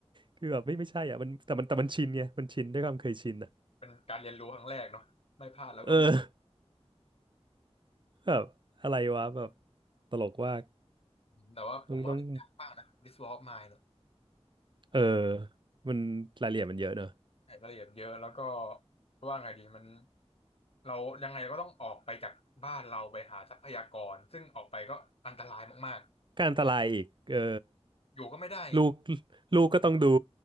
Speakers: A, on the right; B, on the left.
A: คือแบบไม่ไม่ใช่อ่ะมันแต่มันแต่มันชินไงมันชินด้วยความเคยชินอ่ะ
B: เป็นการเรียนรู้ครั้งแรกเนาะไม่พลาดแล้วก็ไม่
A: เออแบบอะไรวะแบบตลกว่าก
B: แต่ว่าผมว่าเล่นยากมากนะ
A: ต้องต้อง
B: This War of Mine เนี่ย
A: เออมันรายละเอียดมันเยอะเนอะ
B: ใช่รายละเอียดเยอะแล้วก็ว่าไงดีมันเรายังไงเราก็ต้องออกไปจากบ้านเราไปหาทรัพยากรซึ่งออกไปก็อันตรายมาก
A: การอันตรายอีกเออ
B: ๆอยู่ก็ไม่ได้ไง
A: ลูกลูกก็ต้องดู